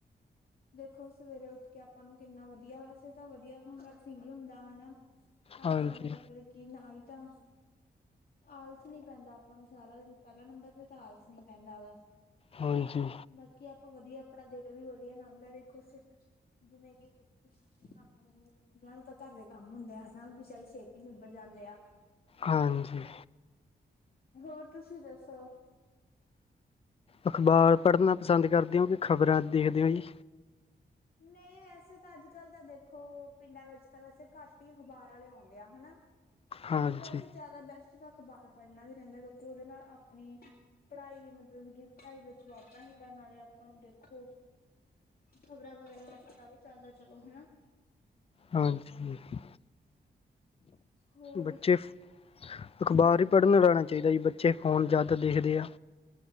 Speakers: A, on the left; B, on the left.
A: ਦੇਖੋ ਸਵੇਰੇ ਉੱਠ ਕੇ ਆਪਾਂ ਨੂੰ ਕਿੰਨਾ ਵਦੀਆ ਵੈਸੇ ਤਾਂ ਵਦੀਆ ਊਂ ਤਾਂ ਫੀਲ ਹੁੰਦਾ ਹਨਾ। ਆਪਾਂ
B: ਹਾਂਜੀ
A: ਨੂੰ ਮਤਲਬ ਕੀ ਨਾ ਈ ਤਾਂ ਆਲਸ ਨੀ ਪੈਂਦਾ ਆਪਾਂ ਨੂੰ ਸਾਰਾ ਦਿਨ ਪਹਿਲਾ ਨੰਬਰ 'ਤੇ ਤਾਂ ਆਲਸ ਨੀ ਪੈਂਦਾ ਗਾ।
B: ਹਾਂਜੀ।
A: ਬਾਕੀ ਆਪਾਂ ਵਧੀਆ ਆਪਣਾ ਦਿਨ ਵੀ ਵਧੀਆ ਲੰਘਦਾ ਦੇਖੋ ਸ ਜਿਵੇਂ ਕਿ ਘਾਰ ਦੇ ਕੁੜੀਆਂ ਨੂੰ ਤਾਂ ਚਲ ਘਰ ਦੇ ਕੰਮ ਹੁੰਦੇ ਆ ਹਨਾ। ਵੀ ਚਲ ਛੇਤੀ ਨਿਬੜ ਜਾਂਦੇ ਆ।
B: ਹਾਂਜੀ।
A: ਹੋਰ ਤੁਸੀਂ ਦੱਸੋ?
B: ਅਖ਼ਬਾਰ ਪੜ੍ਹਨਾ ਪਸੰਦ ਕਰਦੇ ਓ ਕੀ ਖ਼ਬਰਾਂ ਦੇਖਦੇ ਓ ਜੀ?
A: ਨਈ ਵੈਸੇ ਤਾਂ ਅੱਜ-ਕੱਲ ਤਾਂ ਦੇਖੋ ਪਿੰਡਾਂ ਵਿੱਚ ਤਾਂ ਵੈਸੇ ਘੱਟ ਈ ਅਖ਼ਬਾਰ ਆਲੇ ਆਉਦੇ ਆ ਹਨਾ। ਕੁਝ
B: ਹਾਂਜੀ
A: ਵੈਸੇ ਜ਼ਿਆਦਾ ਬੈਸਟ ਤਾਂ ਅਖ਼ਬਾਰ ਪੜ੍ਹਨਾ ਵੀ ਰਹਿੰਦਾ ਕਿਉਂਕਿ ਉਹਦੇ ਨਾਲ ਆਪਣੀ ਪੜ੍ਹਾਈ, ਮਤਲਬ ਕਿ ਪੜ੍ਹਾਈ ਵਿੱਚ ਵਾਧਾ ਹੁੰਦਾ ਨਾਲੇ ਆਪਾਂ ਨੂੰ ਦੇਖੋ ਪ੍ਰੋਗਰਾਮ ਵਗੈਰਾ ਦਾ ਪਤਾ ਵੀ ਚੱਲਦਾ ਚਲੋ ਹਨਾ।
B: ਹਾ ਠੀਕ,
A: ਹੋਰ
B: ਬੱਚੇ ਅਖ਼ਬਾਰ
A: ਹਾਂਜੀ
B: ਈ ਪੜ੍ਹਨ ਲਾਣਾ ਚਾਈਦਾ ਜੀ ਬੱਚੇ ਫੋਨ ਜ਼ਿਆਦਾ ਦੇਖਦੇ ਐ।